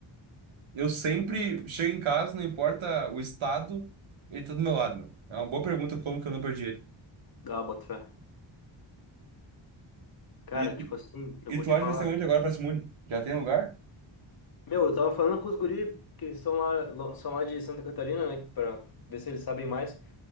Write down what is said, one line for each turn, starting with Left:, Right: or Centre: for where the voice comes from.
Right: eu sempre chego em casa, não importa o estado, ele tá do meu lado, meu. É uma boa pergunta como que eu não perdi ele.
Left: Ah, bota fé. Cara,
Right: E, tu-
Left: tipo assim, eu
Right: e
Left: vou
Right: tu
Left: te
Right: acha
Left: falar.
Right: que vai ser onde agora pra Simone? Já tem lugar?
Left: Meu, eu tava falando com os guri que são lá, lo- são lá de Santa Catarina, né? Pra ver se eles sabem mais.